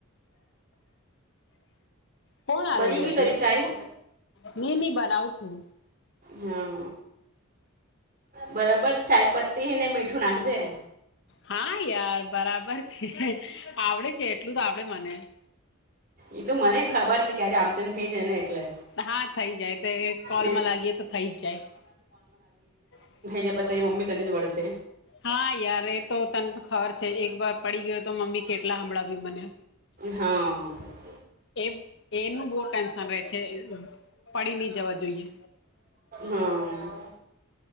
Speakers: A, on the left; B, on the right.
A: કોણ આવેલી
B: બની ગયું
A: હતી
B: તારી ચાય
A: નીની બના <unintelligible>
B: હા બરાબર ચાયપત્તી ને મીઠું નાખજે
A: હા યાર બરાબર છે આવડે છે એટલું તો આવડે મને. <inaudible>
B: એ તો મને ખબર છે ક્યારે આમ તેમ થઇ જાય ને એટલે
A: હા થઈ જાય તે કોલમાં
B: ને
A: લાગીએ તો થઈ જ જાય
B: પછ એ મમ્મી તને જ વ વળશે
A: હા યાર એ તો તને તો ખબર છે એક વાર પડી ગયો તો મમ્મી કેટલા હંભળાવ્યું મને
B: હા
A: એ એનું બહુ ટેન્શન રહે છે પડી નહિ જવા જોઈએ
B: હા